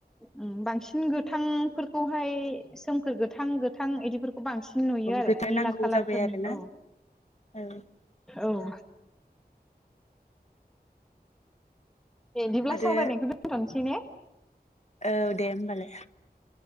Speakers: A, in the centre; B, on the left.
A: उम बांसिन गोथांफोरखौहाय सोमखोर गोथां गोथां इदिफोर- खौ बांसिन नुयो आरो
B: गोथां
A: निला
B: नांगौ
A: कालार
B: जाबाय
A: फोरनि
B: आरोना
A: औ
B: औ
A: औ औ ए बिदिब्ला
B: आरो
A: सावरायनायखौ दोनथ'नोसै ने?
B: औ दे होमबालाय।